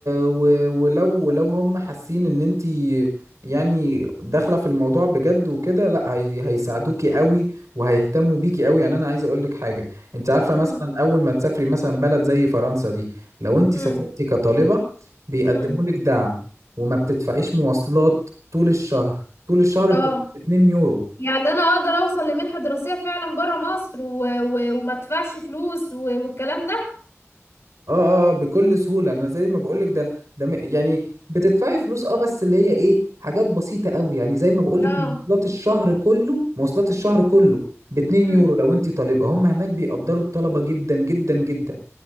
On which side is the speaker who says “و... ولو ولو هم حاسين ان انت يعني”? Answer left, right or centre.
Right